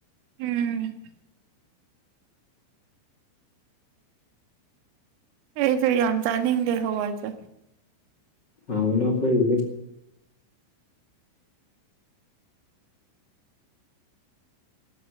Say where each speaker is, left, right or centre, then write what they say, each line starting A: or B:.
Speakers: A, on the right; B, on the left.
A: ꯎꯝ ꯑꯩꯁꯨ ꯌꯥꯝ ꯆꯥꯅꯤꯡꯗꯦ ꯍꯋꯥꯁꯤ
B: ꯍꯅ ꯑꯣꯐ ꯏꯗꯤ <inaudible>